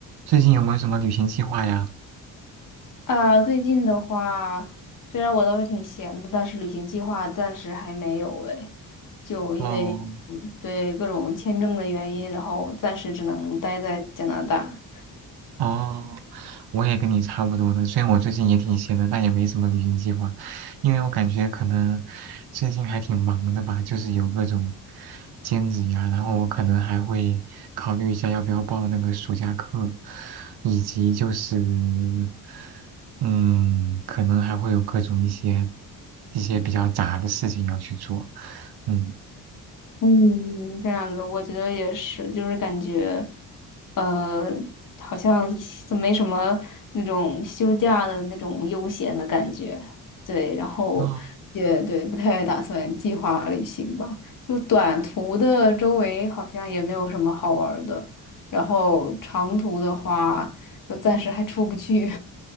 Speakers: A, on the right; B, on the left.
A: 最近有没有什么旅行计划呀？
B: 啊，最近的话，虽然我倒是挺闲的，但是旅行计划暂时还没有哎，就因为嗯对各种签证的原因，
A: 哦
B: 然后暂时只能待在加拿大。
A: 哦，我也跟你差不多的。虽然我最近也挺闲的，但也没什么旅行计划，因为我感觉可能最近还挺忙的吧，就是有各种兼职呀，然后我可能还会考虑一下要不要报那个暑假课，以及就是嗯，可能还会有各种一些一些比较杂的事情要去做，嗯。
B: 嗯，这样子我觉得也是，就是感觉，呃，好像就没什么那种休假的那种悠闲的感觉，对，然后也对，
A: 哦
B: 不太打算计划旅行吧，就短途的周围好像也没有什么好玩儿的，然后长途的话，就暂时还出不去，